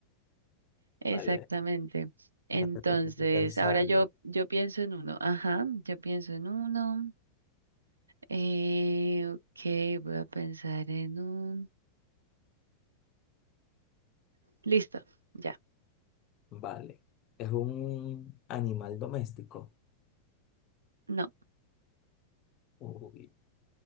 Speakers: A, on the right (about 75°); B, on the left (about 35°).
A: Exactamente.
B: Vale, ahora
A: Entonces,
B: te toca a ti pensar.
A: ahora yo, yo pienso en uno. Ajá, yo pienso en uno. Eh, ok, voy a pensar en un. Listo, ya.
B: Vale, es un animal doméstico.
A: No,
B: Uy,